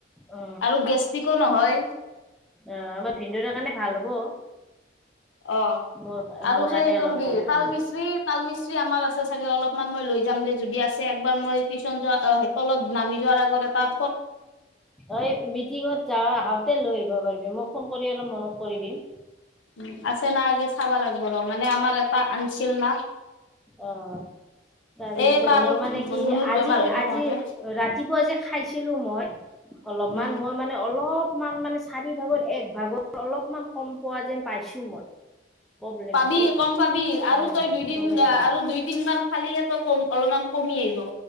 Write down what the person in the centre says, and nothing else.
অ
অ আমাৰ ভিনন্দৰা কাৰণে ভাল হ'ব।
মোৰ
মোৰ কাৰণে
অলপ
প্ৰব্লেম
অ মিটিংত যা অহা ত লৈ আহিব পাৰিবি মই ফোন কৰি অলপ মনত কৰি দিম।
অহ। তাৰেপিছত
মই মানে কি
আজি
আজি ৰাতিপুৱা যে খাইছিলো মই অলপমান
মই মানে অলপ অলপমান মানে চাৰি ভাগত এক ভাগত অলপমান কম পোৱা যেন পাইছো মই প্ৰব্লেমটো।
উম
গম পাইছা